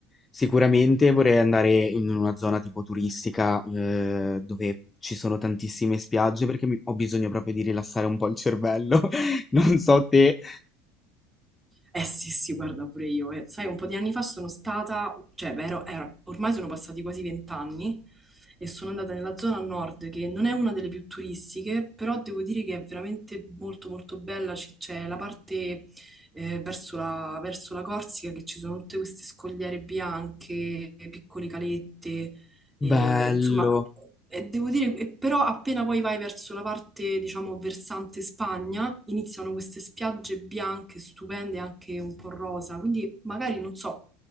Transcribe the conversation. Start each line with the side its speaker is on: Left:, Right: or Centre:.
Left: sicuramente vorrei andare in una zona tipo turistica, eh, dove ci sono tantissime spiagge, perché mi- ho bisogno proprio di rilassare un po' il cervello. <laughs> Non so te.
Right: Eh sì, sì, guarda pure io. eh. sai, un po' di anni fa sono stata, cioè, beh, ero- era- ormai sono passati quasi vent'anni e sono andata nella zona nord, che non è una delle più turistiche, però devo dire che è veramente molto molto bella. Ci- C'è la parte eh, verso la, verso la Corsica che ci sono tutte queste scogliere bianche, piccole calette, e,
Left: Bello.
Right: insomma, e devo dire, e però appena poi vai verso la parte, diciamo, versante Spagna, iniziano queste spiagge bianche, stupende, anche un po' rosa, quindi magari, non so,